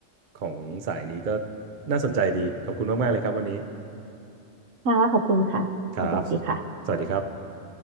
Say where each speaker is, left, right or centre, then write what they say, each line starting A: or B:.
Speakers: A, on the right; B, on the right.
A: ของสายนี้ก็น่าสนใจดีขอบคุณมากๆเลยครับวันนี้
B: ค่ะขอบคุณค่ะสวัสดีค่ะ
A: ครับ สวัสดีครับ